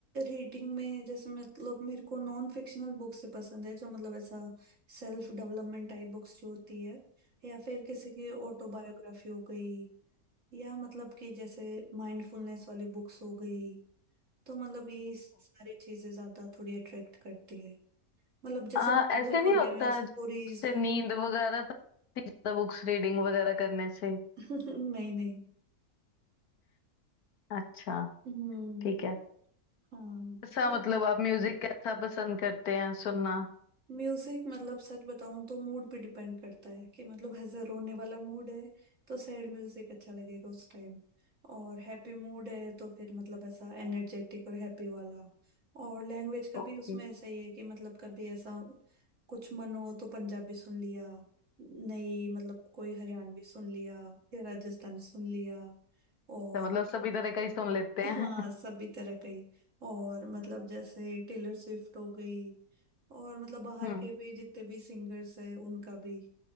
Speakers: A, on the right (about 55°); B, on the left (about 80°).
A: रीडिंग में जैसे मतलब मेरे को नॉन फिक्शनल बुक्स से पसंद है जो मतलब ऐसा सेल्फ डेवलपमेंट टाइप बुक्स जो होती है या फिर किसी की ऑटोबायोग्राफी हो गई या मतलब कि जैसे माइंडफुलनेस वाली बुक्स हो गई तो मतलब यही सारी चीजें ज्यादा थोड़ी अट्रैक्ट करती है मतलब जैसे
B: आ,
A: नोवेल
B: ऐसे नहीं
A: वगैरह
B: होता
A: स्टोरीज
B: उससे
A: वो
B: नींद वगैरह तो आती है ज्यादा बुक्स रीडिंग वगैरह करने से
A: <laughs> नहीं नहीं
B: अच्छा
A: हम्म
B: ठीक है
A: हाँ
B: ऐसा मतलब आप म्यूजिक कैसा पसंद करते हैं सुनना
A: म्यूजिक मतलब सच बताऊं तो मूड पे डिपेंड करता है कि मतलब ऐसा रोने वाला मूड है तो सैड म्यूजिक अच्छा लगेगा उस टाइम और हैप्पी मूड है तो फिर मतलब ऐसा एनर्जेटिक और हैप्पी वाला और लैंग्वेज का
B: ओके
A: भी उसमें ऐसा ही है कि मतलब कभी ऐसा कुछ मन हो तो पंजाबी सुन लिया नहीं मतलब कोई हरियाणवी सुन लिया या राजस्थानी सुन लिया और
B: ओके मतलब सभी तरह का ही सुन लेते
A: हाँ
B: हैं <laughs>
A: सभी तरह का ही और मतलब जैसे टेलर स्विफ्ट हो गई और मतलब बाहर
B: हम्म
A: के भी जितने भी सिंगर्स हैं उनका भी